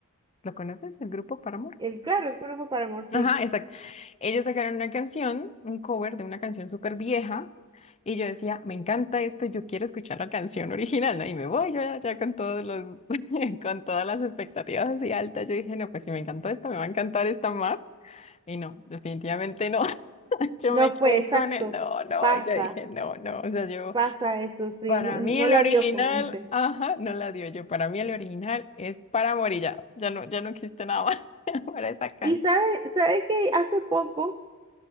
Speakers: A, on the left; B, on the right.
A: ¿lo conoces? El grupo Paramore.
B: El claro, el cuerpo para amor, sí.
A: Ajá, exacto. Ellos sacaron una canción, un cover de una canción súper vieja, y yo decía, me encanta esto, yo quiero escuchar la canción original, ¿no? Y me voy yo ya con todos los, <laughs> con todas las expectativas así altas. Yo dije, no, pues si me encantó esta, me va a encantar esta más. Y no, definitivamente no. <laughs> Yo
B: No
A: me quedé
B: fue exacto.
A: con el no, no.
B: Pasa,
A: Y yo dije, no, no. O sea, yo,
B: pasa eso, sí.
A: para
B: No, no
A: mí el
B: la
A: original,
B: dio, como dice.
A: ajá, no la dio yo. Para mí el original es para morir ya. Ya no, ya no existe nada más <laughs> para esa canción.
B: Y sabe, sabe que hace poco.